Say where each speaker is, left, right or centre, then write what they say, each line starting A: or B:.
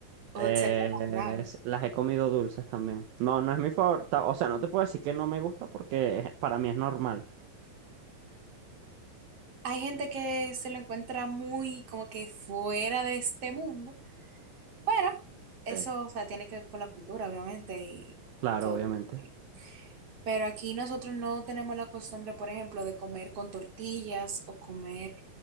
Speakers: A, on the right; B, on the right.
A: o
B: Eh,
A: se te haga raro.
B: s- las he comido dulces también. No, no es mi favorita. O sea, no te puedo decir que no me gusta porque es- para mí es normal.
A: Hay gente que se lo encuentra muy como que fuera de este mundo, pero eso,
B: Eh,
A: o sea, tiene que ver con la cultura, obviamente, y
B: claro,
A: todo.
B: obviamente.
A: lo que- Pero aquí nosotros no tenemos la costumbre, por ejemplo, de comer con tortillas o comer